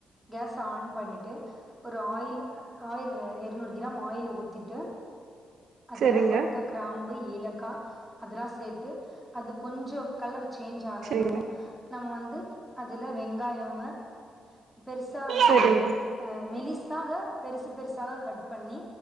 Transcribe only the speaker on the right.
செரிங்க
செரிங்க
செரிங்க